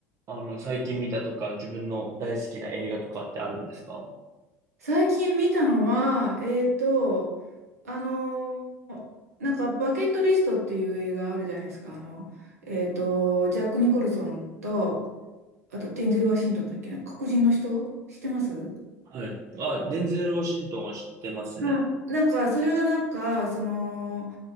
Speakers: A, on the right (about 40°); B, on the right (about 80°).
A: あの、最近見たとか、自分の大好きな映画とかってあるんですか
B: 最近見たのは、えっと、あのーなんか、バケットリストっていう映画あるじゃないですか。あの、えっと、ジャック・ニコルソンと、あと、テンゼル・ワシントンだっけな、黒人の人知ってます
A: はい。あ、デンゼル・ワシントンは知ってますね。
B: うんなんか、それはなんか、その、